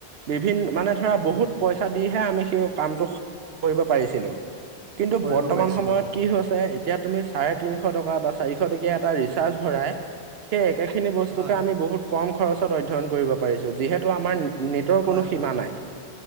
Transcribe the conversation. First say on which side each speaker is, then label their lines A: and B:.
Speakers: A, on the right; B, on the right.
A: বিভিিন মানে ধৰা,
B: হয়,
A: বহুত পইচা দিহে আমি সেই কামটো কৰিব পাৰিছিলো কিন্তু
B: কৰিব
A: বৰ্তমান
B: পাৰিছিলোঁ
A: সময়ত
B: হয়,
A: কি হৈছে এতিয়া তুমি চাৰে তিনিশ টকা বা চাৰিশ টকীয়া এটা চাৰছ ভৰাই সেই একে খিনি বস্তুকে
B: হয়,
A: আমি বহুত কম খৰচত অধ্যয়ন কৰিব পাৰিছো যিহেতু আমাৰ নেটৰ
B: হয়,
A: কোনো সীমা
B: হয়।
A: নাই